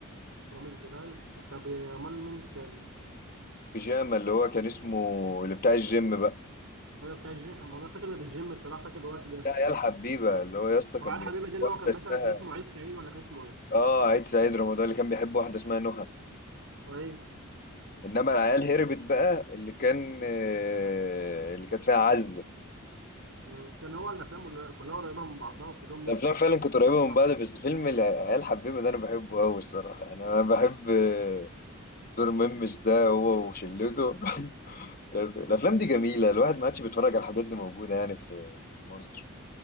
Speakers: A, on the right (about 70°); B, on the left (about 40°).
A: رامز جلال طب امال مين تاني
B: بيجامه اللي هو كان اسمه اللي بتاع الجيم بقى
A: ايوه بتاع الجيم أما انا فاكر الجيم الصراحه فاكر الوقت ده
B: يا عيال حبيبه اللي هو يا اسطى
A: وعلى
B: كان بيحب
A: الحبيبه ده اللي
B: واحده
A: هو كان مثلا
B: اسمها
A: كان اسمه عيد سعيد ولا كان اسمه
B: اه عيد سعيد رمضان اللي كان بيحب واحده اسمها نهى
A: ايه؟
B: انما العيال هربت بقى اللي كان آه، اللي كانت فيها عزه
A: مم. كان هو الافلام قل- كلها قريبه من بعضها وكلهم نفس
B: الافلام
A: الخفه
B: فعلا كانت قريبه
A: نفس الراحه
B: من بعض بس فيلم العيال حبيبه ده انا بحبه قوي الصراحه يعني انا بحب آه، دور ميمس ده هو وشلته <laughs> كانت الافلام دي جميله الواحد ما عادش بيتفرج على الحاجات دي موجوده يعني في في مصر